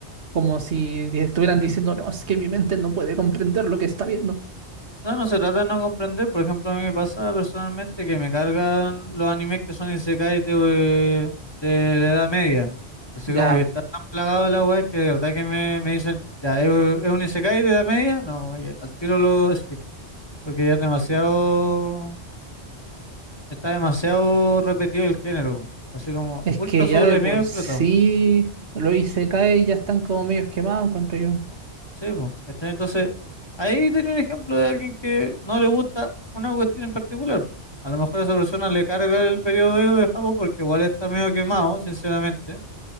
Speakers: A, on the right; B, on the left.
A: como si estuvieran
B: <clears throat>
A: diciendo, no, es que mi mente no puede comprender lo que está viendo.
B: No, no se trata de no comprender. Por ejemplo, a mí me pasa personalmente que me cargan los animes que son isekais de, de la Edad Media. Así
A: Ya,
B: como que está tan plagado de la web que de verdad que me, me dicen, ya, ¿es, es un isekai de Edad Media? No, oye, al tiro lo skip, porque ya es demasiado, está demasiado repetido el género. Así como
A: es
B: ultra
A: que
B: sobre
A: ya de por
B: mega explotado.
A: sí lo hice caer y ya están como medios quemados, encuentro yo.
B: Sí, po, ¿cachai? Entonces, ahí tenía un ejemplo de alguien que no le gusta una cuestión en particular. A lo mejor a esa persona le carga el periodo Edo de Japón porque igual está medio quemado, sinceramente.